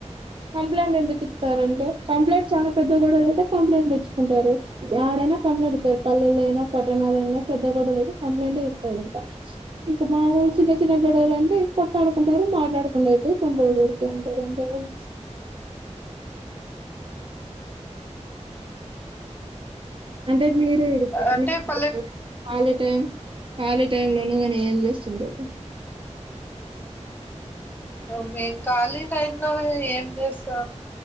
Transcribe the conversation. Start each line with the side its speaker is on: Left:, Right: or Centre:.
Right: కంప్లైంట్ ఎందుకు ఇత్తారు అంటే కంప్లైంట్ చానా పెద్ద గొడవలు అయితే కంప్లైంట్ ఇచ్చుకుంటారు యాడైనా కంప్లైంట్ ఇత్తారు పల్లెలో అయినా పట్టణాలో అయినా పెద్ద గొడవలు అయితే కంప్లైంట్యే ఇత్తారు ఇంకా ఇంకా మాముూలు చిన్న చిన్న గొడవలు అంటే ఇ కొట్లాడుకుంటారు మాట్లాడుకుండా అయిపోయి కొన్ని రోజులు వరకుఉంటారు అంతే కదా అంటే మీర్ <unintelligible>
Left: అంటే పల్లె
Right: ఖాళీ టైం ఖాళీ టైమ్ లోను గని ఏం చేస్తుంటారు
Left: ఉమ్ మేము ఖాళీ టైమ్ లో ఏం చేస్తాం